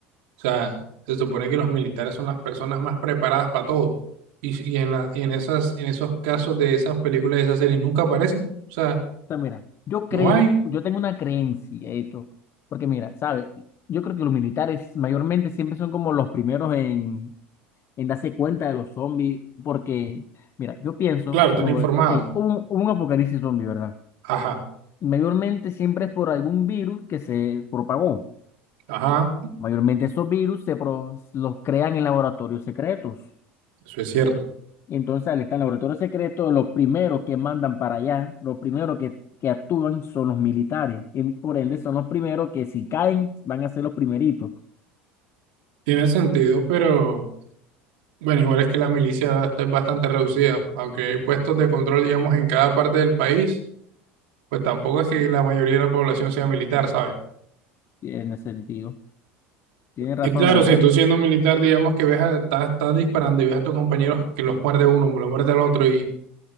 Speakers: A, on the right; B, on the left.
A: o sea, se supone que los militares son las personas más preparadas para todo. Y, y en la- y en esas, en esos casos de esas películas de esas series nunca aparecen. O sea,
B: sea, mira, yo creo,
A: no hay.
B: yo tengo una creencia, de hecho, porque mira, ¿sabes? Yo creo que los militares mayormente siempre son como los primeros en, en darse cuenta de los zombies, porque, mira, yo pienso,
A: Claro, están
B: no,
A: informados.
B: ok, hubo, un- hubo un apocalipsis zombie, ¿verdad?
A: Ajá,
B: Mayormente siempre es por algún virus que se propagó.
A: ajá,
B: Mayormente esos virus se pro- los crean en laboratorios secretos.
A: eso es cierto.
B: Y entonces al estar en laboratorios secretos, los primeros que mandan para allá, los primeros que, que actúan son los militares. Y por ende son los primeros que si caen van a ser los primeritos.
A: Tiene sentido, pero bueno, igual es que la milicia está bastante reducida. Aunque hay puestos de control, digamos, en cada parte del país, pues tampoco es que la mayoría de la población sea militar, ¿sabes?
B: Tiene sentido. Tiene razón,
A: Y claro,
B: la verdad.
A: si tú siendo militar, digamos que ves a, estás, estás disparando y ves a tus compañeros que los muerde uno, lo muerde al otro y